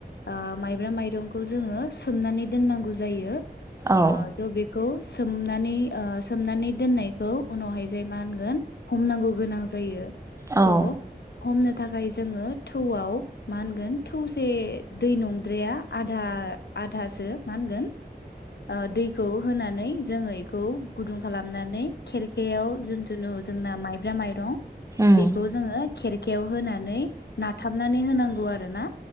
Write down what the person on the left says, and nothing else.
ओ माइब्रा माइरं बे खौ जोंङो सोमनानै दोननांगौ जायो। आ
द बे खौ सोमनानै ओ सोमनानै दोननायखौ उनावहाय जाय मा होनगोन हमनांगौ गोनां जायो।
त' हमनो थाखाय जोंङो थौआव मा होनगोन थौसे दै नंद्राया आधा आधासो मा होनगोन ओ दैखौ। होनानै जोङो इखौ गुदुं खालाम नानै खेरखायाव जुनथुनु जोंना माइब्रा माइरं
बेखौ जोंङो खेरखायाव होनानै नाथाबनानै होनांगौ आरो। ना